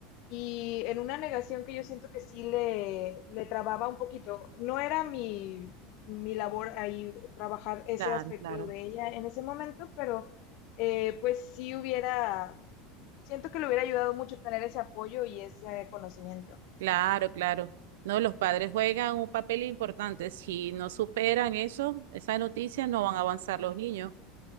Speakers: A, on the left; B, on the right.
A: y en una negación que yo siento que sí le, le trababa un poquito. No era mi, mi labor ahí trabajar ese
B: claro,
A: aspecto
B: claro,
A: de ella en ese momento, pero eh, pues sí hubiera Siento que le hubiera ayudado mucho tener ese apoyo y ese conocimiento.
B: claro, claro. No, los padres juegan un papel importante. Si no superan eso, esa noticia, no van a avanzar los niños.